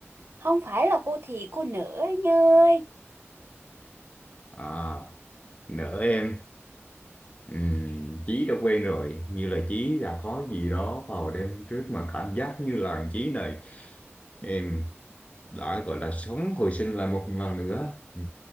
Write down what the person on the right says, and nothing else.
không phải là cô Thị cô Nở anh ơi.